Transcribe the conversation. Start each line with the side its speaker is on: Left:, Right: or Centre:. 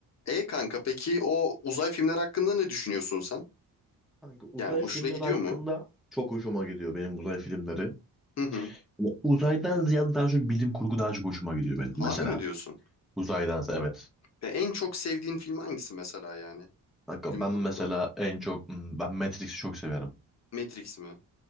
Left: E kanka peki o uzay filmler hakkında ne düşünüyorsun sen?
Centre: Kanka uzay
Left: Yani hoşuna
Centre: filmleri
Left: gidiyor
Centre: hakkında
Left: mu?
Centre: çok hoşuma gidiyor benim uzay filmleri.
Left: Hı hı.
Centre: Ama Uzaydan ziyade daha çok bilim kurgu daha çok hoşuma gidiyor benim
Left: Harbi
Centre: mesela.
Left: mi diyorsun?
Centre: Uzaydan ziyade, evet.
Left: Ve en çok sevdiğin film hangisi mesela yani?
Centre: Kanka
Left: Bilim
Centre: ben
Left: kurguda.
Centre: mesela en çok hmm, ben Matrix'i çok severim.
Left: Matrix mi?